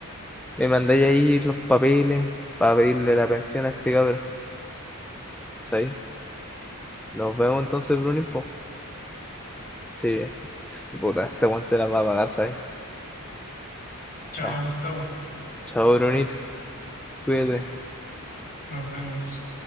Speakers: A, in the centre; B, on the left (about 45°).
A: me mandáis ahí los papeles para pedirle la pensión a este cabrón, ¿sabes? Nos vemos entonces, Brunín, po. Sí, sí, puta, este weón se la va a pagar, ¿sabes?
B: Chao,
A: Ah,
B: Gustavo.
A: chao, Brunín, cuídate.
B: Nos vemos.